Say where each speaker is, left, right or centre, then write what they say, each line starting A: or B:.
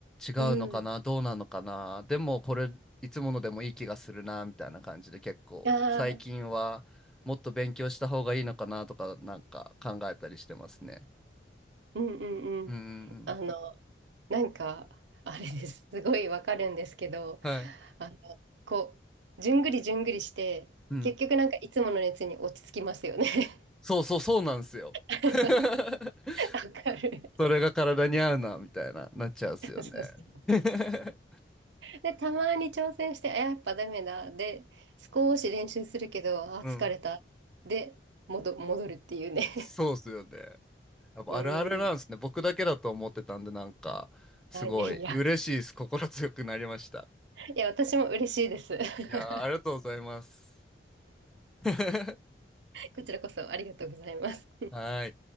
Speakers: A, in the centre; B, on the right.
A: 違うのかなどうなのかなでもこれいつものでもいい気がするなみたいな感じで結構最近はもっと勉強した方がいいのかなとかなんか考えたりしてますね。
B: うん。ああ、うんうんうん。
A: うんう
B: あの、
A: ん
B: なんか、あれです。すごいわかるんですけど、
A: うん。はい。
B: あの、こう、じゅんぐりじゅんぐりして、
A: うん
B: 結局なんかいつもの熱に落ち着きますよね。
A: そうそうそうなんですよ。
B: <laughs>
A: <laughs>
B: わかる。
A: それが体に合うな、みたいな、なっちゃうんですよね。
B: そうそう。
A: <laughs>
B: で、たまに挑戦して、あ、やっぱダメだ。で、少し練習するけど、あ、
A: うん。
B: 疲れた。で、戻、戻るっていうね。
A: そうっすよね。やっぱあるあるなんですね。
B: うん。
A: 僕だけだと思ってたんで、なんか、すごい嬉しいです。
B: あ、いやいや。
A: 心強くなりました。
B: いや、私も嬉しいです。<laughs>
A: いやー、ありがとうございます。<laughs>
B: こちらこそありがとうございます。
A: はーい。